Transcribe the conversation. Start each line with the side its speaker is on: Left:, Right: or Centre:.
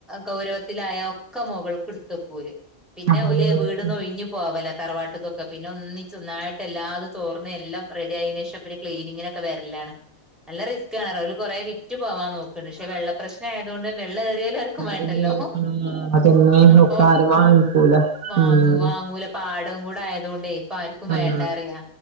Centre: ഗൗരവത്തിലായ ഒക്കെ മൊകൾക്ക് എട്ത്ത് വെക്കും ഓല് പിന്നെ
Right: അതല്ലേ
Centre: ഓല് വീട്ന്നൊഴി
Right: ഉം
Centre: ഴിഞ്ഞ് പോവലാ തറവാട്ട്ക്കൊക്കെ പിന്നെ ഒന്നിച്ച് ഒന്നായിട്ടെല്ലാതും തോർന്ന് എല്ലാം റെഡി ആയീന് ശേഷം പിന്നെ ക്ലീനിങ്ങിനൊക്കെ വെരലാണ് നല്ല റിസ്ക്കാണ് അവര് കൊറേ വിറ്റ് പോവാൻ നോക്ക്ണ്ട് പക്ഷെ വെള്ള പ്രശ് നായതോണ്ട് വെള്ളം ഏറിയാലും ആർക്കും വേണ്ടല്ലോ
Right: ആരും ആഹ് അതൊന്നും
Centre: അപ്പോ
Right: ഒക്കെ ആരും വാങ്ങിക്കൂല
Centre: വാങ്ങുവാ
Right: ഉം
Centre: ങ്ങൂല പാടോം കൂടെ ആയതോണ്ടേ ഇപ്പൊ ആർക്കും
Right: ഉം
Centre: വേണ്ടാറയാ